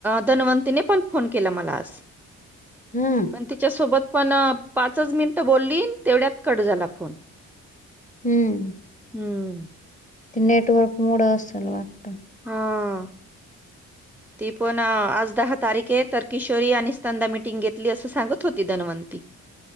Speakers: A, in the centre; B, on the left (about 20°).
A: धनवंतीने पण फोन केला मला आज.
B: हम्म
A: पण तिच्यासोबत पण पाचच मिनिटं बोललीन तेवढ्यात कट झाला फोन.
B: हम्म.
A: हम्म.
B: ते नेटवर्क मूड अस असल वाटत.
A: हा. ती पण आज दहा तारीखे तर किशोरी आणि स्तंदा मिटिंग घेतली असं सांगत होती धनवंती. <unintelligible>